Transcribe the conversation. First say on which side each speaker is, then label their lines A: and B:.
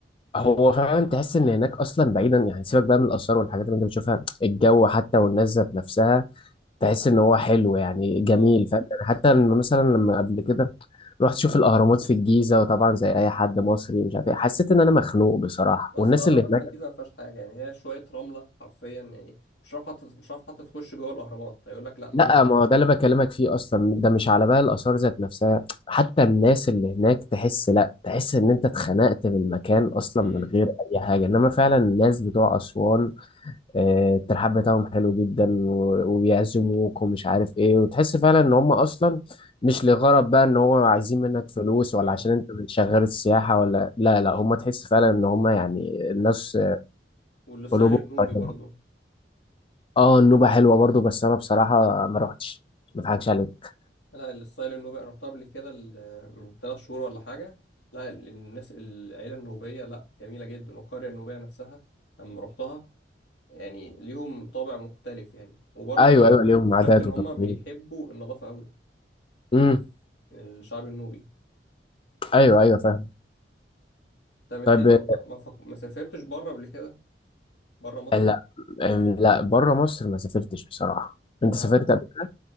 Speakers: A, on the left; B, on the left.
A: هو فعلا تحس إن هناك أصلا بعيدا يعني سيبك بقى من الآثار والحاجات اللي أنت بتشوفها الجو حتى والناس ذات نفسها تحس إن هو حلو يعني جميل
B: اه
A: فاهم يعني حتى لما- مثلا لما قبل كده رحت اشوف الاهرامات في الجيزه وطبعا زي اي حد مصري مش عارف ايه حسيت ان انا مخنوق بصراحه
B: بس
A: والناس
B: الأهرامات
A: اللي هناك
B: في الجيزة ما فيهاش حاجة يعني هي شوية رملة حرفيا يعني مش عارف حتى مش عارف حتى تخش جوه الأهرامات هيقول لك لا ممنوع
A: لا ما هو ده اللي بكلمك فيه اصلا ده مش على بقى الاثار ذات نفسها حتى الناس اللي هناك تحس لا تحس ان انت اتخنقت من المكان اصلا
B: امم
A: من غير اي حاجه انما فعلا الناس بتوع اسوان آه، الترحاب بتاعهم حلو جدا و- وبيعزموك ومش عارف ايه وتحس فعلا ان هم اصلا مش لغرض بقى ان هو عايزين منك فلوس ولا
B: اه
A: عشان انت شغال السياحه ولا لا لا هم تحس فعلا ان هم يعني الناس
B: و- والسايل
A: قلوبهم
B: النوبي
A: طيبه
B: برضو
A: اه النوبه حلوه برضو بس انا بصراحه ما روحتش ما اضحكش عليك
B: لا الستايل النوبي انا رحتها قبل كده ال- من ثلاث شهور ولا حاجه لا ال- الناس العيله النوبيه لا جميله جدا والقريه النوبيه نفسها لما رحتها يعني ليهم طابع مختلف يعني وبرضه
A: ايوه ايوه ليهم عادات
B: شفت ان
A: وتقاليد
B: هم بيحبوا النظافه قوي
A: امم
B: يعني الشعب النوبي
A: ايوه ايوه فاهم
B: طب انت
A: طيب
B: ليه ما ما, فك... ما سافرتش بره قبل كده بره مصر
A: آه، لا آه، لا بره مصر ما سافرتش بصراحه انت
B: اه
A: سافرت قبل كده